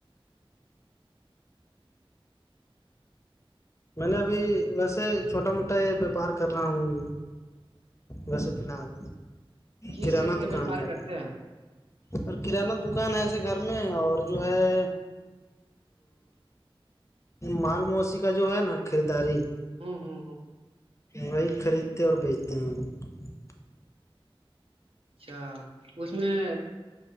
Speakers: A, on the left (about 30°); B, on the right (about 75°).
A: میں نے ابھی ویسے چھوٹا موٹا یہ ویاپار کر رہا ہوں ویسے فی الحال
B: کس
A: کرانہ
B: چیز
A: دکان
B: ویاپار
A: کا
B: کرتے ہیں
A: اور کرانہ دکان ہے ایسے گھر میں اور جو ہے مال موسی کا جو ہے نا خریداری
B: ہوں ہوں
A: وہی خریدتے اور بیچتے ہیں ہم
B: اچھا اس میں